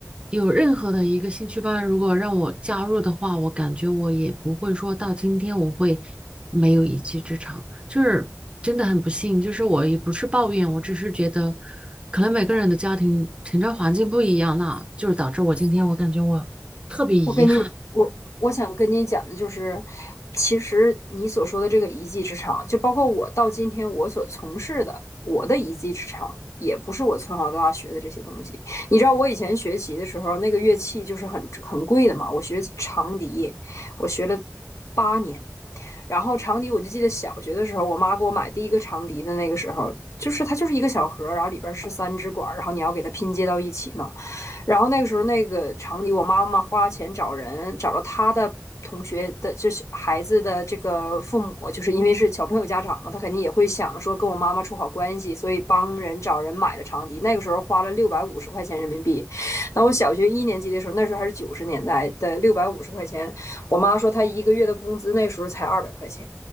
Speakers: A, on the right; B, on the left.
A: 有任何的一个兴趣班，如果让我加入的话，我感觉我也不会说到今天我会没有一技之长，就是真的很不幸，就是我也不是抱怨，我只是觉得可能每个人的家庭成长环境不一样啦，就是导致我今天我感觉我特别遗憾。
B: 我跟你，我我想跟你讲的就是，其实你所说的这个一技之长，就包括我到今天我所从事的我的一技之长，也不是我从小到大学的这些东西。你知道我以前学习的时候，那个乐器就是很很贵的嘛，我学长笛，我学了八年。然后长笛，我就记得小学的时候，我妈给我买第一个长笛的那个时候，就是它就是一个小盒儿，然后里边儿是三支管儿，然后你要给它拼接到一起嘛。然后那个时候那个长笛我妈妈花钱找人，找了她的同学的，就是孩子的这个父母，就是因为是小朋友家长嘛，他肯定也会想说跟我妈妈处好关系，所以帮人找人买了长笛。那个时候花了六百五十块钱人民币。那我小学一年级的时候，那时候还是九十年代的六百五十块钱，我妈说她一个月的工资那时候才二百块钱。